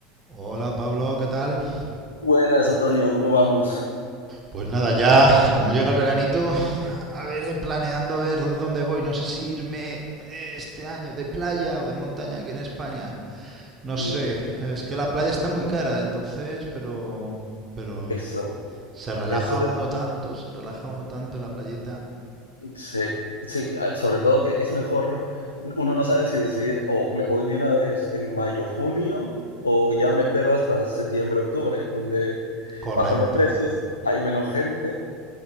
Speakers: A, on the right; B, on the left.
A: Hola Pablo, ¿qué tal?
B: Buenas, Antonio, ¿cómo vamos?
A: Pues nada, ya como llega el veranito, a ver, eh, planeando a ver dónde voy. No sé si irme eh, este año de playa o de montaña aquí en España. No sé,
B: Mm,
A: es que la playa está muy cara, entonces, pero, pero
B: Eso,
A: se relaja
B: eso de,
A: uno tanto, se relaja uno tanto en la playita.
B: sí, sí, ah, sobre todo que es mejor, uno no sabe si decidir o me voy de una vez en mayo, junio, o ya me espero hasta septiembre, octubre, donde
A: Correcto.
B: bajan los precios, hay menos gente